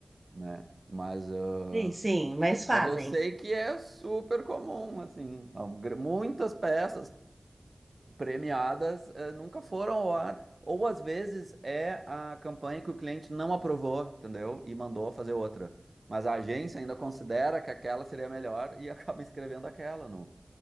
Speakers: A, on the right; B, on the right.
A: né? Mas, ah,
B: Sim, sim, mas fazem.
A: mas eu sei que é super comum, assim. Al- gr- Muitas peças premiadas, eh, nunca foram ao ar. Ou às vezes é a campanha que o cliente não aprovou, entendeu? E mandou fazer outra. Mas a agência ainda considera que aquela seria melhor e <laughs> acaba escrevendo aquela no,